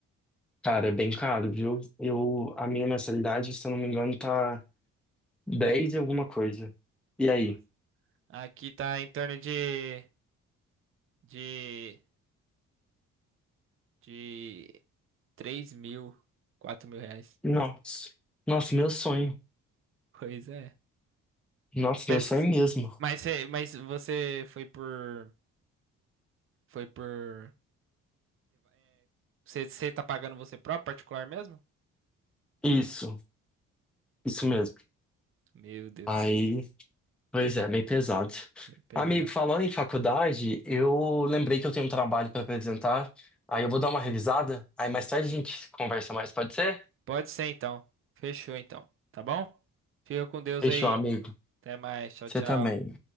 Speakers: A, in the centre; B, on the right.
A: cara, é bem caro, viu? Eu, a minha mensalidade, se eu não me engano, tá 10 e alguma coisa. E aí?
B: Nossa. Aqui tá em torno de, de, de três mil, quatro mil reais.
A: Nossa, nossa, meu sonho.
B: Pois é.
A: Nossa,
B: Pensa,
A: meu sonho mesmo.
B: mas, cê- mas você foi por. Foi por. Você tá pagando você próprio, particular mesmo?
A: Isso. Isso mesmo.
B: Meu Deus
A: Aí,
B: do céu,
A: pois é, meio pesado.
B: é pesado.
A: Amigo, falando em faculdade, eu lembrei que eu tenho um trabalho para apresentar. Aí eu vou dar uma revisada. Aí mais tarde a gente conversa mais, pode ser?
B: Pode ser então. Fechou então. Tá bom? Fica com Deus
A: Fechou,
B: aí.
A: amigo.
B: Até mais. Tchau,
A: Você
B: tchau.
A: também.